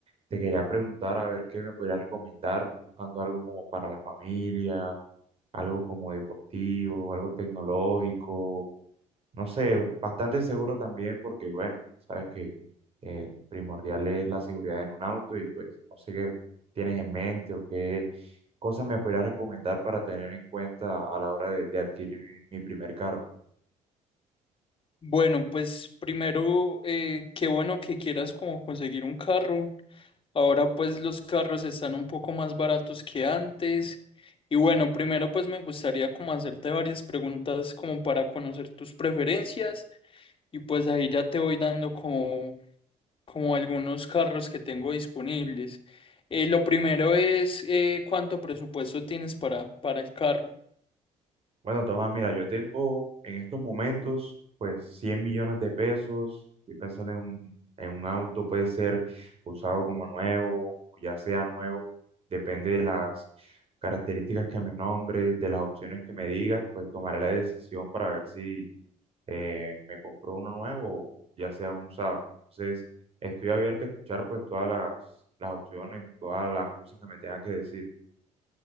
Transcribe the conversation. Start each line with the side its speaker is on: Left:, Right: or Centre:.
Right: te quería preguntar a ver qué me podrías recomendar, estoy buscando algo como para la familia, algo como deportivo, algo tecnológico No sé, bastante seguro también porque, bueno, sabes que eh, primordial es la seguridad en un auto y pues no sé qué tienes en mente o qué cosas me podrías recomendar para tener en cuenta a la hora de, de adquirir mi, mi primer carro.
Left: Bueno, pues primero, eh, qué bueno que quieras como conseguir un carro. Ahora pues los carros están un poco más baratos que antes. Y bueno, primero pues me gustaría como hacerte varias preguntas como para conocer tus preferencias y pues ahí ya te voy dando como, como algunos carros que tengo disponibles. Eh, lo primero es eh, ¿cuánto presupuesto tienes para, para el carro?
Right: Bueno, Tomás, mira, yo tengo en estos momentos pues 100 millones de pesos. Estoy pensando en un, en un auto, puede ser usado como nuevo, o ya sea nuevo, depende de las características que me nombres, de las opciones que me digas, pues tomaré la decisión para ver si eh, me compro uno nuevo o ya sea un usado. Entonces, estoy abierto a escuchar pues todas las, las opciones, todas las cosas que me tengas que decir.